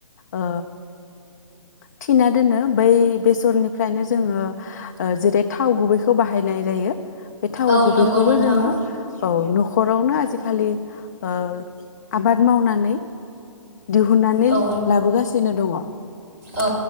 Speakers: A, on the left; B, on the right.
A: आ थिना दोनो बै बे फोरनिफ्रायनो जोंङो जेरै थाव गुबैखौ बाहायनाय जायो बे थाव
B: औ
A: गुबैखौबो
B: नंगौ नोंथां
A: जोंङो औ न हरावनो आजिखालि ओ- आबाद मावनानै दिहुननानै
B: औ
A: लाबोगासिनो दंङ
B: औ